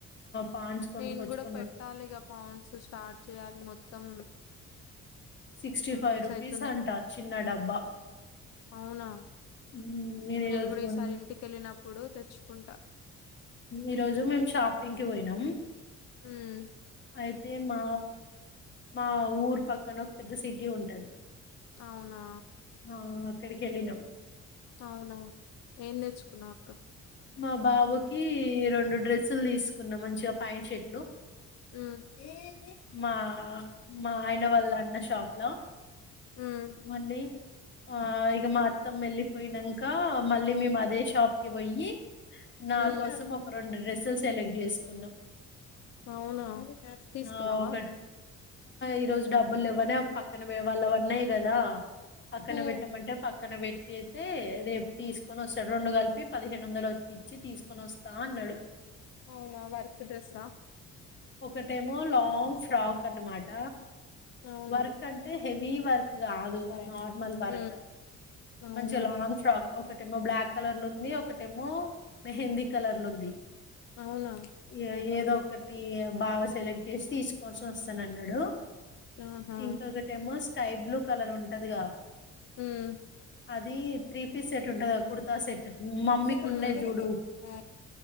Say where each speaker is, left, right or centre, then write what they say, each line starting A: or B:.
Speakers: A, on the left (about 40°); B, on the left (about 60°).
A: పాండ్స్ కొనుక్కొచ్చుకున్నా
B: నేను కూడా పెట్టాలిక పాండ్స్ స్టార్ట్ చేయాలి మొత్తం
A: సిక్స్టీ
B: పింపుల్స్
A: ఫైవ్ రూపీస్
B: అయితున్నాయి
A: అంట చిన్న డబ్బా
B: అవునా
A: మ్మ్ నేను ఈరోజు
B: కూడా
A: కొన్
B: ఈసారి ఇంటికెళ్ళినప్పుడు తెచ్చుకుంటా
A: ఈ రోజు మేము షాపింగ్ కి పోయినం
B: హ్మ్
A: అయితే మా మా ఊరు పక్కన ఒక పెద్ద సిటీ ఉంటది
B: అవునా
A: ఆ అక్కడికెళ్ళినం
B: అవునా ఏం తెచ్చుకున్నవక్క
A: మా బాబుకి రెండు డ్రెస్సులు తీసుకున్నా మంచిగా ప్యాంట్ షర్ట్లు
B: మ్మ్
A: మా మా ఆయన వాళ్ళ అన్న షాప్ లో
B: ఉమ్
A: మళ్ళీ ఆ ఇక మా అత్తం వెళ్ళిపోయినంక మళ్ళీ మేము అదే షాప్ కి పోయి నా
B: ఉమ్
A: కోసం ఒక రెండు డ్రెస్సులు సెలెక్ట్ చేసుకు కొన్నా
B: అవునా తీసుకున్నావా
A: ఆ ఒక ఈరోజు డబ్బులెవ్వనే పక్కన పోయే వాళ్ళవన్నాయి కదా పక్కన
B: ఉమ్
A: పెట్టమంటే పక్కన పెట్ ట్టైతే రేపు తీసుకొని వస్తాడు రెండు కలిపి పదిహేను వందలు వచ్చి ఇచ్చి తీసుకొని వస్తా అన్నాడు
B: అవునా వర్క్ డ్రస్సా
A: ఒకటేమో లాంగ్ లాంగ్ ఫ్రాక్ అన్నమాట
B: అవునా
A: వర్క్ అంటే హెవీ వర్క్ కాదు
B: ఉమ్
A: నార్మల్ వర్క్
B: అవునా
A: మంచి లాంగ్ ఫ్రాక్ ఒకటేమో బ్లాక్ కలర్ లో ఉంది ఒకటేమో మెహందీ కలర్లుంది
B: అవునా
A: ఇగ ఏదో ఈ బావ సెలెక్ట్ చేసి ఇస్ కోర్సనొస్తానన్నాడు
B: ఆహా
A: ఇంకొకటేమో స్కై బ్లూ కలర్ ఉంటదిగా
B: ఉమ్
A: అది త్రీ పీస్ సెట్ ఉంటది కుర్తా సెట్ మమ్మీ కు ఉండే
B: ఉమ్
A: చూడు
B: ఆ